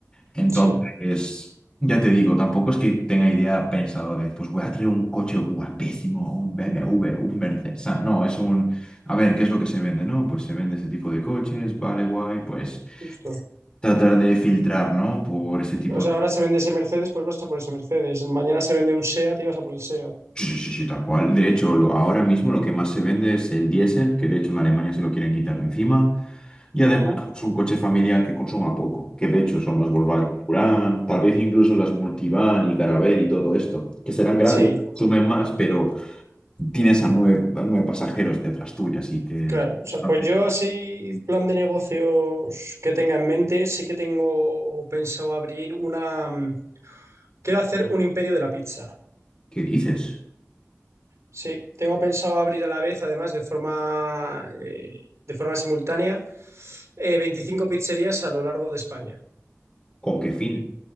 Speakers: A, on the left (about 20°); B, on the right (about 80°).
A: Entonces,
B: Sí,
A: ya te digo, tampoco es que tenga idea pensado de, pues voy a traer un coche guapísimo, un BMW, un Mercedes. O sea, no, es un, a ver, ¿qué es lo que se vende? No, pues se vende ese tipo de coches, vale, guay, pues
B: justo.
A: tratar de filtrar, ¿no? Por ese tipo
B: O sea, ahora se vende ese Mercedes, pues vas a por ese Mercedes. Mañana se vende un SEAT y vas a por el SEAT.
A: Sí, sí, sí, sí, tal cual. De hecho, lo- ahora mismo lo que más se vende es el diésel, que de hecho en Alemania se lo quieren quitar de encima. Y además
B: Ujú.
A: es un coche familiar que consuma poco, que de hecho son las Volkswagen Touran, tal vez incluso las Multivan y Caravelle y todo esto, que serán grandes,
B: Sí,
A: consumen más, pero tienes a nueve, a nueve pasajeros detrás tuya, así que
B: Claro,
A: es
B: o sea,
A: bastante-
B: pues yo así, plan de negocios que tenga en mente, sí que tengo pensado abrir una... mm, Quiero hacer un imperio de la pizza.
A: ¿Qué dices?
B: Sí, tengo pensado abrir a la vez, además, de forma, eh, de forma simultánea, eh, 25 pizzerías a lo largo de España,
A: ¿Con qué fin?